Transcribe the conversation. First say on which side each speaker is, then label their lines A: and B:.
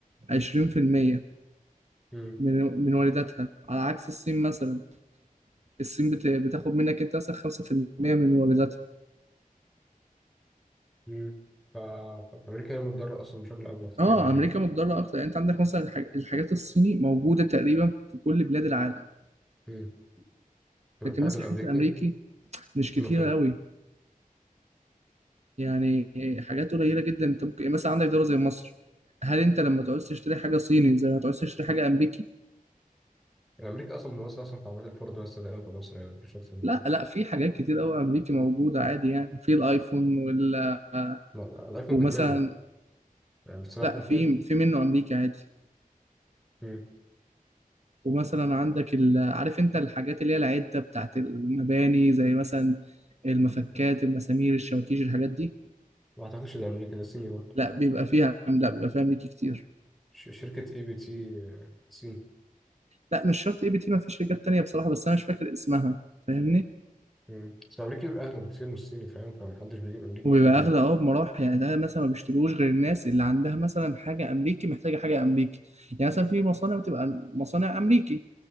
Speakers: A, on the right; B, in the centre.
A: 20%
B: مم.
A: من من وارداتها على عكس الصين مثلا الصين بت- بتاخد منك انت مثلا 5% من وارداتها
B: مم. ف... ف- فأمريكا هي المتضررة أصلا بشكل أكبر تقريبا
A: اه
B: يعني
A: امريكا متضرره اكتر يعني انت عندك مثلا الحاج- الحاجات الصيني موجوده تقريبا في كل بلاد العالم
B: مم. الاتحاد
A: لكن مثلا
B: الأمريكي
A: الحاجات الامريكي مش كتيرة
B: فين وفين
A: قوي يعني حاجات قليلة جدا انت ممكن مثلا عندك دولة زي مصر هل انت لما تعوز تشتري حاجة صيني زي ما تعوز تشتري حاجة امريكي
B: الأمريكي أصلا منوصل أصلا في عربيات الفورد بس تقريبا في مصر يعني مفيش أكتر من
A: لا
B: كده
A: لا في حاجات كتير قوي امريكي موجودة عادي يعني في الايفون وال آه،
B: لا لا، الأيفون
A: ومثلا
B: فيتنامي يعني بتصنع
A: لا
B: في فيتنام
A: في في منه امريكي عادي
B: مم.
A: ومثلا عندك ال... عارف انت الحاجات اللي هي العدة بتاعت المباني زي مثلا المفكات المسامير الشواكيش الحاجات دي
B: ما أعتقدش ده أمريكي ده صيني برضه
A: لا بيبقى فيها لا بيبقى فيها امريكي كتير
B: ش- شركة أي بي تي آه، صيني
A: لا مش شرط اي بي تي ما فيش رجال تانية بصراحة بس انا مش فاكر اسمها فاهمني
B: مم. بس الأمريكي بيبقى أغلى بكتير من الصيني فاهم فمحدش بيجيب أمريكي
A: وبيبقى
B: كتير يعني
A: اغلى اه بمراحل يعني ده مثلا ما بيشتروش غير الناس اللي عندها مثلا حاجه امريكي محتاجه حاجه امريكي يعني مثلا في مصانع بتبقى مصانع امريكي